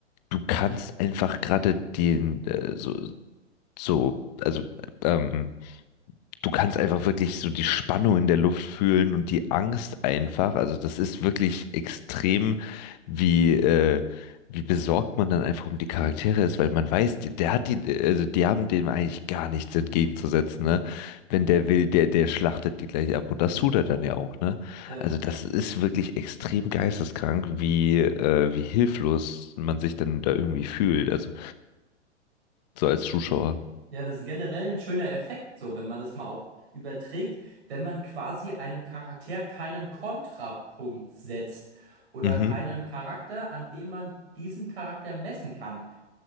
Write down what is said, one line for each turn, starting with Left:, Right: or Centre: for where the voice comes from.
Left: du kannst einfach gerade den, äh, so, so, also, ähm, du kannst einfach wirklich so die Spannung in der Luft fühlen und die Angst einfach. Also das ist wirklich extrem, wie, äh, wie besorgt man dann einfach um die Charaktere ist, weil man weiß, die- der hat die, also die haben dem eigentlich gar nichts entgegenzusetzen, ne? Wenn der will, der, der schlachtet die gleich ab und das tut er dann ja auch, ne?
Right: Ja.
Left: Also das ist wirklich extrem geisteskrank, wie, äh, wie hilflos man sich dann da irgendwie fühlt, also so als Zuschauer.
Right: Ja, das ist generell ein schöner Effekt, so, wenn man das mal auch überträgt, wenn man quasi einem Charakter keinen Kontrapunkt setzt oder
Left: Mhm,
Right: keinen Charakter, an dem man diesen Charakter messen kann.